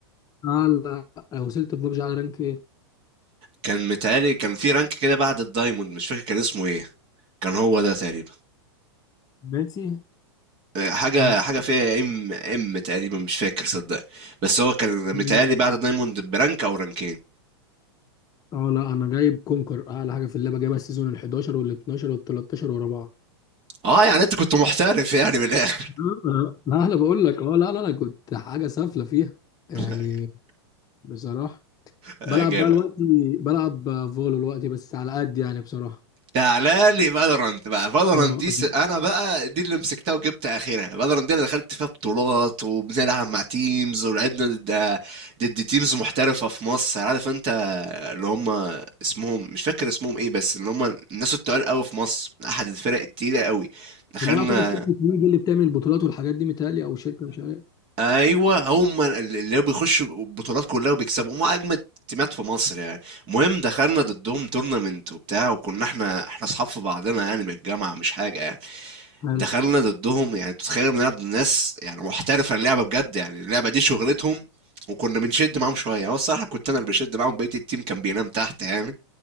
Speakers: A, on the left; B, on the right.
A: اه لا وصلت في ببجي على رانك ايه
B: كان متهيألي كان في رانك كده بعد الدايموند مش فاكر كان اسمه ايه كان هو ده تقريبا
A: باتي
B: حاجة
A: مم.
B: حاجة فيها ام ام تقريبا مش فاكر صدق بس هو كان
A: مم.
B: متهيألي بعد دايموند برانك او رانكين
A: اه لا انا جايب كونكر اعلى حاجه في اللعبه جايبها السيزون ال 11 وال 12 وال 13 ورا بعض
B: اه يعني انت كنت محترف يعني من الاخر
A: آه، لا لا، انا بقول لك اه لا لا انا كنت حاجه سافله فيها يعني
B: <laughs>
A: بصراحه
B: آه،
A: بلعب
B: جامد
A: بقى الوقت بلعب فولو الوقت بس على قد يعني بصراحه
B: تعالى لي فالورانت بقى فالورانت
A: اه
B: دي س... انا بقى دي اللي مسكتها وجبت اخرها فالورانت دي انا دخلت فيها بطولات وبنلعب مع تيمز ولعبنا ضد ضد تيمز محترفه في مصر عارف انت اللي هم اسمهم مش فاكر اسمهم ايه بس اللي هم الناس التقال قوي في مصر احد الفرق التقيله قوي دخلنا
A: اللي اعتقد شركه ويجي اللي بتعمل البطولات والحاجات دي متهيألي او شركه مش عارف
B: ايوه هم اللي بيخشوا البطولات كلها وبيكسبوا هم اجمد تيمات في مصر يعني المهم دخلنا ضدهم تورنمنت وبتاع وكنا احنا احنا اصحاب في بعضنا يعني من الجامعه مش حاجه يعني
A: حلو
B: دخلنا ضدهم يعني تتخيل بنلعب ضد ناس يعني محترفه اللعبه بجد يعني اللعبه دي شغلتهم وكنا بنشد معاهم شويه هو الصراحه كنت انا اللي بشد معاهم بقيه التيم كان بينام تحت يعني